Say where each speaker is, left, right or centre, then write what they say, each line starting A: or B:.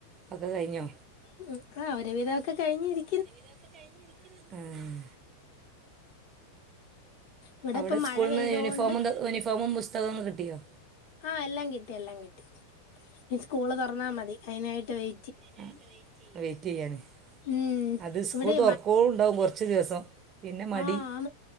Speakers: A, on the right; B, on the left.
A: ഒക്കെ കഴിഞ്ഞോ
B: ഉം ആ ഒരുവിതൊക്കെ കഴിഞ്ഞിരി
A: ഒരു വിധം ഒക്കെ കഴിഞ്ഞിരിക്കുന്ന് ആഹ്.
B: ഇവിടെ
A: അവിടെ
B: ഇപ്പം
A: സ്കൂൾന്ന്
B: മഴ പെയ്തോണ്ട്
A: യൂണീഫോമും തെ യൂണിഫോമും പുസ്തകം കിട്ടിയോ
B: ആഹ്, എല്ലാം കിട്ടി എല്ലാം കിട്ടി. ഇനി സ്കൂള് തുറന്നാ മതി അതിനായിട്ട് വൈ
A: അതിനായിട്ട് വെയിറ്റ്ച്ചെയ്യാണ്.
B: ഉം
A: അത് സ്കൂൾ
B: ഇവിടെ
A: തുറക്കേളണ്ടാവും. കൊറച്ച് ദിവസം. പിന്നെ മടി
B: ആഹ്. ആന്ന്